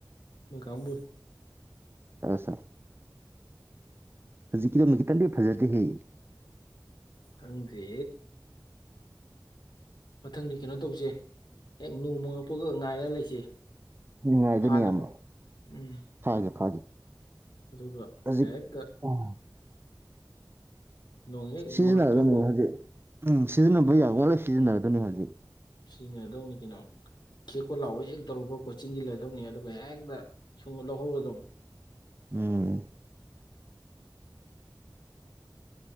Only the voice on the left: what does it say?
ꯃꯣꯏ ꯀꯕꯨ
ꯇꯟꯔꯤ ꯃꯊꯪꯗꯤ ꯀꯩꯅꯣ ꯇꯧꯁꯦ ꯅꯣꯡꯃꯉꯛꯄꯒ ꯉꯥꯏꯔꯒ ꯂꯩꯁꯦ
ꯐꯥꯅꯕ
ꯎꯝ
ꯑꯗꯨꯒ
ꯍꯦꯛꯇ
ꯅꯣꯡ ꯍꯦꯛ
ꯃꯪꯉꯛꯄꯀꯣ
ꯁꯤꯖꯤꯟꯅꯗꯧꯅꯤ ꯀꯩꯅꯣ ꯀꯦꯛꯄ ꯂꯥꯛꯑꯣ ꯍꯦꯛ ꯇꯧꯔꯨꯕ ꯀꯣꯆꯤꯡꯁꯤꯂꯗꯧꯅꯤ ꯑꯗꯨꯒ ꯍꯦꯛ ꯁꯨꯡ ꯂꯧꯍꯧꯔꯗ